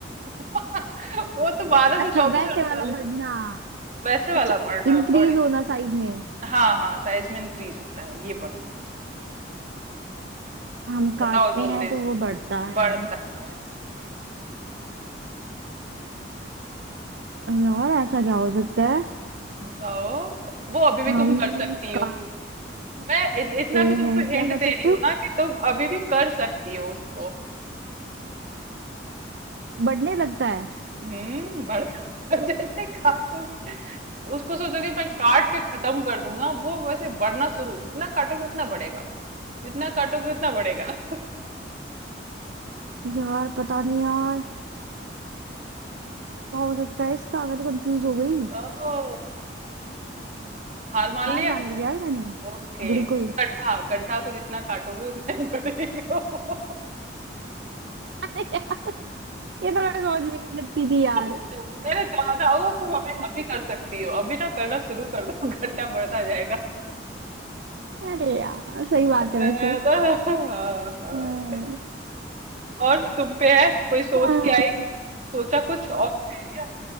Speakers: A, on the right; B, on the right.
A: <laughs> वो तो बारह से
B: अच्छा
A: चौबीस
B: वैसे
A: अड़तालीस
B: वाला बढ़ना
A: वैसे वाला
B: अच्छा
A: बढ़ना
B: इंक्रीज
A: बढ़े
B: होना साइज में
A: हाँ हाँ साइज में इंक्रीज होता है ये बढ़ना
B: हम
A: बताओ
B: काटते
A: जल्दी
B: हैं तो
A: से
B: वो बढ़ता है
A: बढ़ता है हम्म,
B: और ऐसा क्या हो सकता है
A: बताओ वो अभी भी
B: हम
A: तुम कर सकती हो
B: का
A: मैं इत,
B: सकते
A: इतना भी तुमको
B: हैं क्या
A: हिंट
B: कर
A: दे
B: सकते
A: रही हूँ
B: हो
A: ना कि तुम अभी भी कर सकती हो उसको
B: बढ़ने लगता है
A: हम्म बढ़ <laughs> जैसे काटोगे उसको सोचोगे मैं काट के खत्म कर दूं ना वो वैसे बढ़ना शुरू जितना काटोगे उतना बढ़ेगा जितना काटोगे उतना बढ़ेगा
B: यार पता नहीं यार क्या हो सकता है इसका मैं तो कंफ्यूज हो गई
A: <laughs> ओ हार मान
B: हार
A: लिया
B: मान ली यार मैंने
A: ओके
B: बिल्कुल
A: गड्ढा गड्ढा को जितना काटोगे उतना ही बढ़ेगा वो।
B: <laughs> ये तो मैं सोच भी नहीं सकती थी यार
A: <laughs> मैंने कहा था वो तुम
B: अरे
A: अभी
B: यार
A: अभी कर सकती हो अभी ना करना शुरू कर दो <laughs> गड्ढा बढ़ता जाएगा
B: अरे यार, सही बात
A: <laughs>
B: है वैसे
A: अरे, हाँ, हाँ।
B: हाँ
A: और तुम पे है कोई सोच
B: हाँ
A: के आई सोचा कुछ और पहेलियां